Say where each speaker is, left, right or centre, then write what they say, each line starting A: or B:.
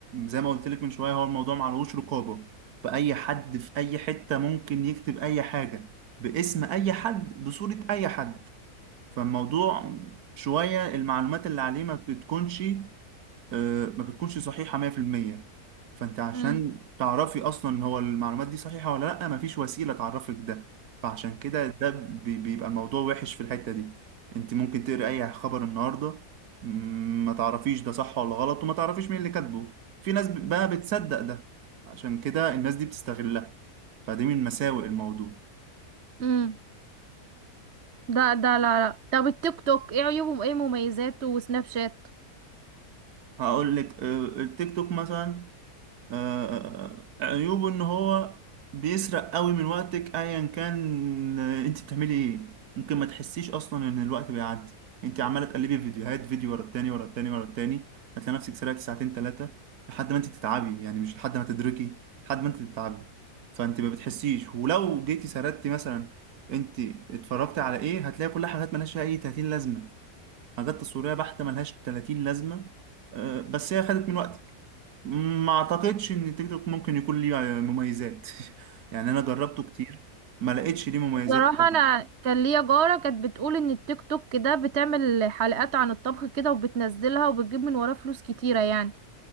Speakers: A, on the right; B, on the right.
A: زي ما قلت لك من شوية هو الموضوع معلهوش رقابة فأي حد في أي حتة ممكن يكتب أي حاجة باسم أي حد بصورة أي حد فالموضوع شوية المعلومات اللي عليه ما بتكونش آه، ما بتكونش صحيحة 100% فانت عشان
B: امم
A: تعرفي اصلا ان هو المعلومات دي صحيحة ولا لا مفيش وسيلة تعرفك ده فعشان كده ده بي- بيبقى الموضوع وحش في الحتة دي انت ممكن تقري اي خبر النهاردة مم، ما تعرفيش ده صح ولا غلط وما تعرفيش مين اللي كاتبه في ناس بقى بتصدق ده عشان كده الناس دي بتستغلها فدي من مساوئ الموضوع
B: امم ده ده لا لا طب التيك توك ايه عيوبه وايه مميزاته وسناب شات
A: هقول لك آه، التيك توك مثلا آه، آه، آه، عيوبه ان هو بيسرق قوي من وقتك ايا كان آه، انت بتعملي ايه ممكن ما تحسيش اصلا ان الوقت بيعدي انت عماله تقلبي في فيديوهات فيديو ورا التاني ورا التاني ورا التاني هتلاقي نفسك سرقتي ساعتين ثلاثه لحد ما انت تتعبي يعني مش لحد ما تدركي لحد ما انت تتعبي فانت ما بتحسيش ولو جيتي سردتي مثلا انت اتفرجتي على ايه هتلاقي كل حاجات ملهاش اي 30 لازمه حاجات تصويريه بحته ملهاش 30 لازمه آه، بس هي خدت من وقتك ما اعتقدش ان تيك توك ممكن يكون ليه مميزات <laughs> يعني انا جربته كتير ما لقيتش ليه مميزات
B: بصراحة
A: أبداً.
B: انا كان ليا جارة كانت بتقول ان التيك توك ده بتعمل حلقات عن الطبخ كده وبتنزلها وبتجيب من وراه فلوس كتيرة يعني